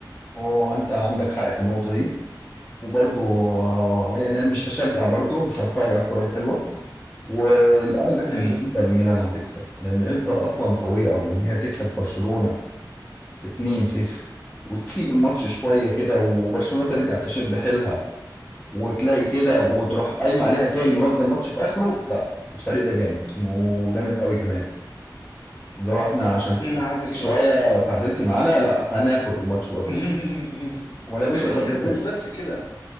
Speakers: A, on the left; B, on the left.
A: هو انت عندك حق في النقطة دي وبرضه آه، يعني انا مش هشجع برضه بس هتفرج على الكرة الحلوة والارجح
B: امم
A: ان انتر ميلان هتكسب لان انتر اصلا قوية قوي ان هي تكسب برشلونة 2-0 وتسيب الماتش شوية كده وبرشلونة ترجع تشد حيلها وتلاقي كده وتروح قايمة عليها تاني واخدة الماتش في اخره لا الفريق ده جامد وجامد قوي كمان لو احنا عشان سكتك
B: معاك الصراحه
A: شوية تعادلتي معانا لا هناخد الماتش برضه
B: <laughs>
A: ولا مش ضربات جزاء
B: ومش بس كده